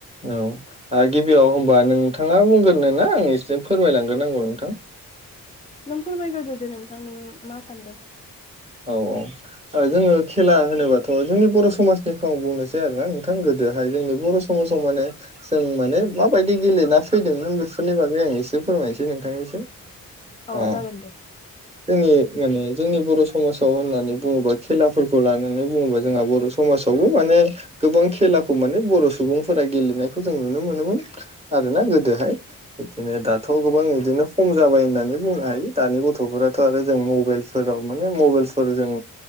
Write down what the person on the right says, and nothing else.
औ गिबियाव होनबा नोंथाङा बुंग्रोगोन ना आं एसे फोरमायलांग्रोनांगौ नोंथां
औ औ जोङो खेला होनोबाथ' जोंनि बर' समाजनिखौ आं बुंनोसै आरोना नोंथां गोदोहाय जोंनि बर' समाजाव माने जों माने माबायदि गेलेना फैदोंमोन बेफोरनि बागै आं एसे फोरमायनोसै नोंथांनिसो
अ
जोंनि माने जोंनि बर' समाजाव होननानै बुङोबा खेलाफोरखौ खौ लानानै बुङोबा जोंहा बर' समाजावबो माने गोबां खेलाखौ माने बर' सुबुंफोरा गेलेनायखौ जों नुनो मोनोमोन आरोना गोदोहाय बिदिनो दाथ' गोबां बिदिनो खम जाबाय होननानै बुंनो हायो दानि गथ'फोराथ' आरो जों मबाइल फोराव माने मबाइलफोरजों